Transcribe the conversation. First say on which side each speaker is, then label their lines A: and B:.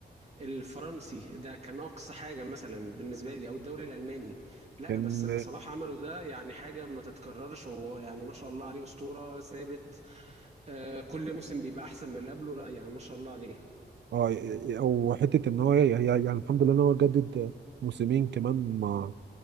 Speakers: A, on the right; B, on the right.
A: الفرنسي ده كان أقصى حاجة مثلا بالنسبة لي أو الدوري الألماني لا
B: كان
A: بس اللي صلاح عمله ده يعني حاجة ما تتكررش ويعني ما شاء الله عليه أسطورة ثابت آه، كل موسم بيبقى أحسن من اللي قبله لا يعني ما شاء الله عليه
B: اه ي- ي- او حته ان هو ي- ي- يعني الحمد لله ان هو جدد موسمين كمان مع